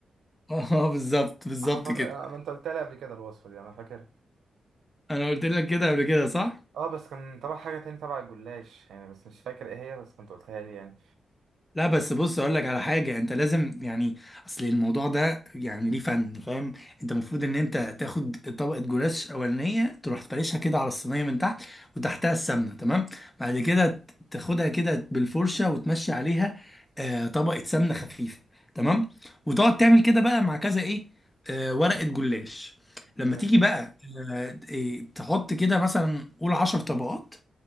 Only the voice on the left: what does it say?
<laughs> اه بالظبط بالظبط
كده
انا قلت لك كده قبل كده صح
لا بس بص اقول لك على حاجه انت لازم يعني اصل الموضوع ده يعني ليه فن فاهم انت المفروض ان انت تاخد طبقه جلاش اولانيه تروح تفرشها كده على الصينيه من تحت وتحتها السمنه تمام بعد كده ت- تاخدها كده بالفرشه وتمشي عليها آه طبقه سمنه خفيفه تمام وتقعد تعمل كده بقى مع كذا ايه آه ورقه جلاش لما
تيجي بقى آه إيه، تحط كده مثلا قول 10 طبقات